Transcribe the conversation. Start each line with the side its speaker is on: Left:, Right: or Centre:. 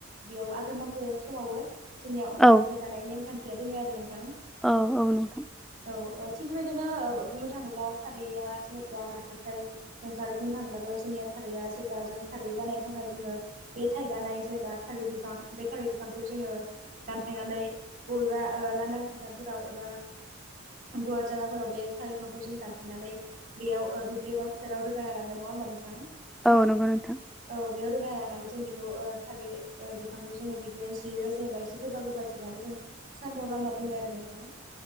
Right: बेयाव आघोन माखो समावबो जोंनिया अनला
Centre: औ
Right: ओंख्रि जानाय नेमखान्थि खान्थिया दङो आरो नोंथां
Centre: औ औ नोंथां
Right: औ ओ थिग बेबायदिनो ओ बुंनो थाङोब्ला खारैया जेनेबा मानिफ्राय ओंखारो बुंनो थाङोबाथ' जोंनिया खारै खारैया जेब्ला जों खारै बानायनो थाखाय जोङो बे थाइगानाय जेनेबा थालिर बिफां बे थालिर बिफांखौ जोङो दानफायनानै बबेबा ओ लानदां फोथारफोराव एबा गुवार जायगाफोराव बे साल बिफांखौ जों दानफायनानै बेयाव ओ दुब्लि एबा फोथाराव रोगाना लांगोन नङा होमबा नोंथां
Centre: औ नंगौ नोंथां
Right: औ बेयाव रोगाना लांनानै बेखौ ओ थालिर ओ बिफांखौ जोङो बिदिनो जिरो जेनेबा गोबा गोबा जोबनानै जों सान्दुंआव लामना दोनो आरो नोंथां